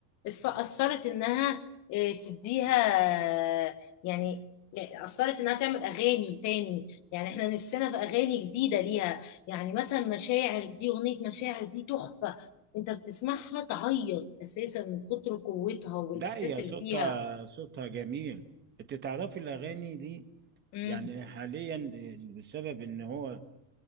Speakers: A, on the left; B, on the right.
A: الص- أثرت إنها آه، تديها آه، يعني يعني أثرت إنها تعمل أغاني تاني يعني إحنا نفسنا في أغاني جديدة ليها يعني مثلا مشاعر دي أغنية مشاعر دي تحفة أنت بتسمعها تعيط أساسا من كتر قوتها والإحساس
B: لا هي
A: اللي
B: صوتها
A: فيها
B: صوتها جميل انت تعرفي الأغاني دي
A: امم
B: يعني حاليا بسبب ان هو